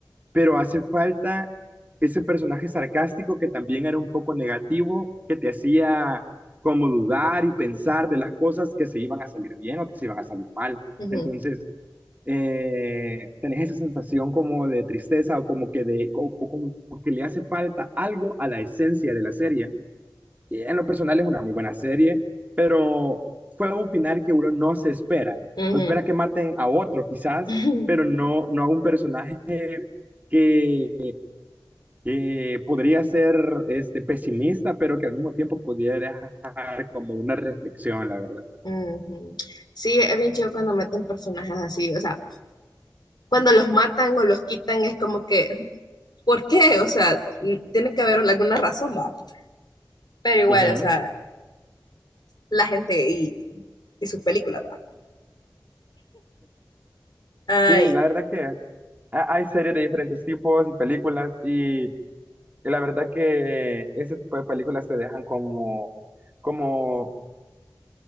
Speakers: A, on the right (about 20°); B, on the left (about 75°).
A: pero hace falta ese personaje sarcástico que también era un poco negativo, que te hacía como dudar y pensar de las cosas que se iban a salir bien o que se iban a salir mal.
B: ujú,
A: Entonces, eh, tenés esa sensación como de tristeza o como que, de, o, o como que le hace falta algo a la esencia de la serie. Y en lo personal es una muy buena serie, pero fue un final que uno no se espera.
B: ujú.
A: No espera que maten a otro quizás,
B: ujú,
A: pero no, no a un personaje que, que podría ser este, pesimista, pero que al mismo tiempo pudiera dejar como una reflexión, la verdad.
B: ujú. Sí, es bien chido cuando meten personajes así, o sea, cuando los matan o los quitan es como que, ¿por qué? O sea, mm, tiene que haber alguna razón, va. Pero igual,
A: Ujú.
B: o sea, la gente y, y sus películas, va. Ah,
A: Sí, la verdad que ha- hay series de diferentes tipos y películas y Y la verdad que ese tipo de películas te dejan como, como,